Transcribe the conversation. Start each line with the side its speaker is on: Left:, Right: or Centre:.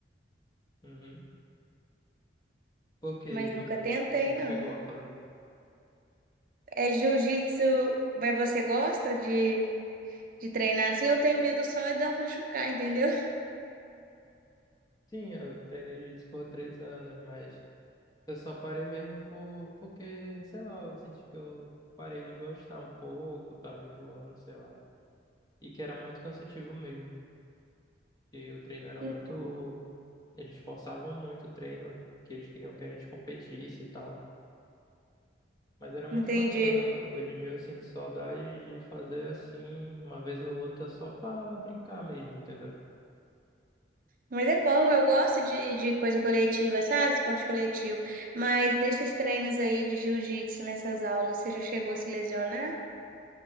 Left: Uhum. Porque
Right: mas nunca
Left: não,
Right: tentei,
Left: não
Right: não.
Left: chegou a fazer.
Right: É jiu-jitsu, mas você gosta de, de treinar assim? Eu tenho medo só de eu machucar, entendeu?
Left: Sim, eu treinei jiu-jitsu por três anos, mas eu só parei mesmo por, porque, sei lá, eu senti que eu parei de gostar um pouco, tava enjoando, sei lá. E que era muito cansativo mesmo. E o treino era
Right: <laughs>
Left: muito Eles forçavam muito o treino, que eles queriam que a gente competisse e tal. Mas era muito
Right: Entendi.
Left: bacana. Hoje em dia eu sinto saudade de fazer assim, uma vez ou outra, só pra brincar mesmo, entendeu?
Right: Mas é bom, eu gosto de, de coisa coletiva, sabe? Esporte coletivo. Mas nesses treinos aí de jiu-jitsu, nessas aulas, você já chegou a se lesionar?